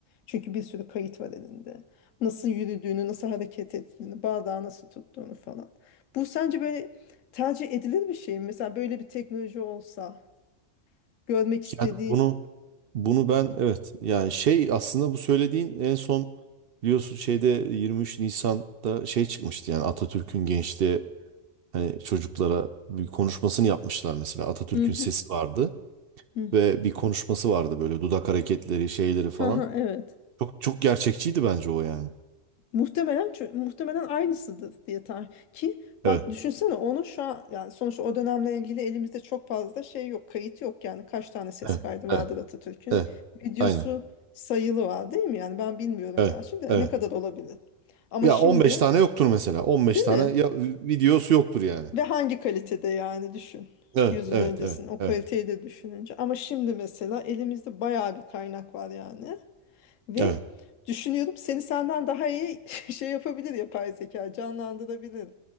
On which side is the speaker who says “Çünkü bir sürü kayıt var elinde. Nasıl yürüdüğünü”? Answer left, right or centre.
Left